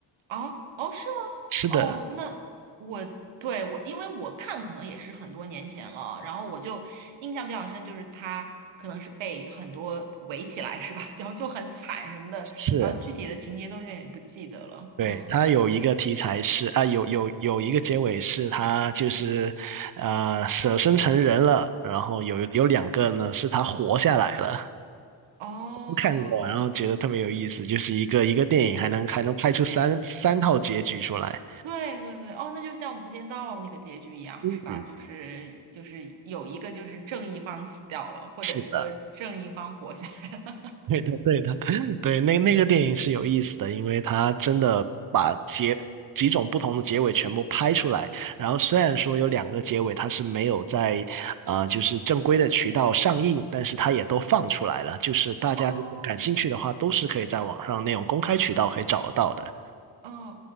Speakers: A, on the right; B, on the right.
A: 哦哦，是吗？
B: 是的，
A: 哦，那我对我，因为我看可能也是很多年前了，然后我就印象比较深，就是他可能是被很多围起来是吧？<laughs> 然后就很惨什么的，
B: 是，
A: 然后具体的情节都有点不记得了。
B: 对，
A: 嗯，
B: 它有一个题材是啊，有有有一个结尾是他就是啊、呃舍身成人了，然后有有两个呢是他活下来了，
A: 哦，
B: 都看过，然后觉得特别有意思，就是一个一个电影还能还能拍出三三套结局出来。
A: 对对对，哦，那就像《无间道》那个结局一样是吧？
B: 嗯，
A: 就是就是有一个就是正义方死掉了，或者是说正义方活下来了。
B: 是的。对的，对的，<laughs> 对，那那个电影是有意思的，因为它真的把结几种不同的结尾全部拍出来。然后虽然说有两个结尾它是没有在啊、呃就是正规的渠道上映，但是它也都放出来了。就是大家如果感兴趣的话，
A: <laughs> 哦
B: 都是可以在网上那种公开渠道可以找得到的。
A: 嗯，